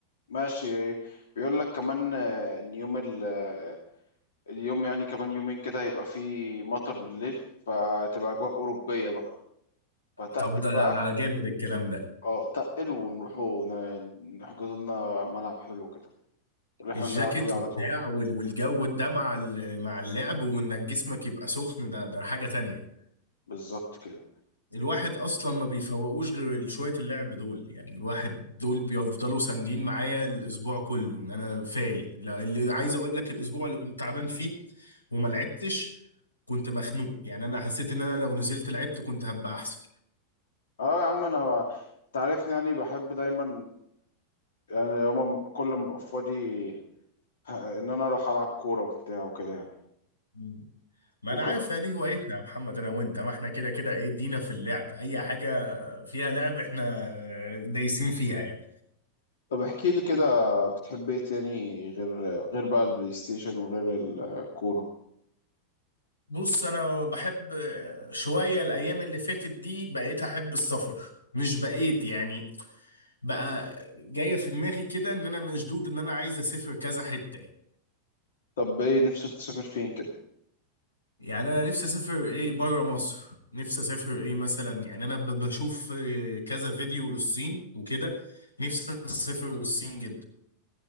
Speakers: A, on the left; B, on the left.
A: ماشي بيقول لك كمان آه، ان يوم ال... آه، اليوم يعني كمان يومين كده هيبقى فيه مطر بالليل فتبقى اجواء اوروبية بقى فتقل
B: طب ده
A: بقى
B: جامد الكلام ده
A: اه تقل ونروحوا ن- نحجز لنا ملعب حلو كده اللي احنا
B: الجاكيت
A: بنلعب فيه على
B: وبتاع
A: طول
B: وال- والجو ده مع ال- مع اللعب وانك جسمك يبقى سخن ده ده حاجه تانية
A: بالظبط كده
B: الواحد اصلا ما بيفوقوش غير شويه اللعب دول يعني الواحد دول بيفضلوا ساندين معايا الاسبوع كله ان انا فايق لا اللي عايز اقول لك الاسبوع اللي كنت تعبان فيه وما لعبتش كنت مخنوق يعني انا حسيت ان انا لو نزلت لعبت كنت هبقى احسن
A: اه يا عم انا تعرفني يعني بحب دايما يعني يوم كل ما ابقى فاضي ه- ان انا اروح العب كوره وبتاع وكده يعني
B: مم. ما
A: وك...
B: انا عارف دي هوايتنا يا محمد انا وانت ما احنا كده كده ايه ادينا في اللعب اي حاجه فيها لعب احنا دايسين فيها يعني
A: طب احكي لي كده بتحب ايه تاني غير غير بقى البلاي ستيشن وغير الكوره
B: بص انا بحب شويه الايام اللي فاتت دي بقيت احب السفر مش بقيت يعني بقى جايه في دماغي كده ان انا مشدود ان انا عايز اسافر كذا حته يعني
A: طب ايه نفسك تسافر فين كده
B: يعني انا نفسي اسافر ايه بره مصر نفسي اسافر ايه مثلا يعني انا ب- بشوف آه، كذا فيديو للصين وكده نفسي اسافر للصين جدا